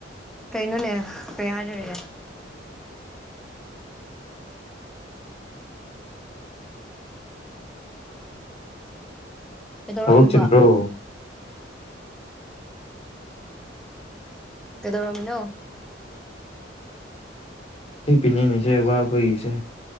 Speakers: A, in the centre; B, on the left (about 35°).
A: ꯀꯩꯅꯣꯅꯦ ꯀꯩ ꯍꯥꯏꯗꯔꯒꯦ ꯀꯩꯗꯧꯔꯝꯃꯤꯕ
B: ꯇꯕꯛ ꯆꯤꯟ꯭ꯕꯔꯣ
A: ꯀꯩꯗꯧꯔꯝꯃꯤꯅꯣ
B: ꯍ ꯄꯤꯅꯤꯅꯤꯁꯦ ꯋꯥ ꯑꯣꯏꯁꯦ